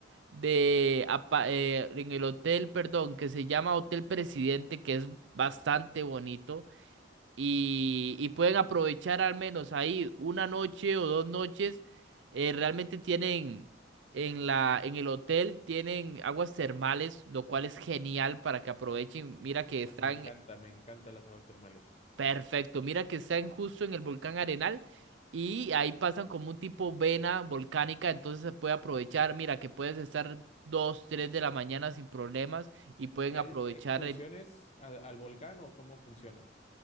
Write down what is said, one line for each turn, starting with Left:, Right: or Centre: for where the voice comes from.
Right: de, apa- eh, en el hotel, perdón, que se llama Hotel Presidente, que es bastante bonito. Y, y pueden aprovechar al menos ahí una noche o dos noches. Eh, realmente tienen en la, en el hotel tienen aguas termales, lo cual es genial para que aprovechen. Mira que están
Left: Ah, Me encanta, me encantan las aguas termales.
Right: Perfecto, mira que están justo en el volcán Arenal y ahí pasan como un tipo vena volcánica, entonces se puede aprovechar, mira que puedes estar 2, 3 de la mañana sin problemas y pueden
Left: ¿Y hay
Right: aprovechar
Left: excursiones
Right: el...
Left: al, al volcán o cómo funciona?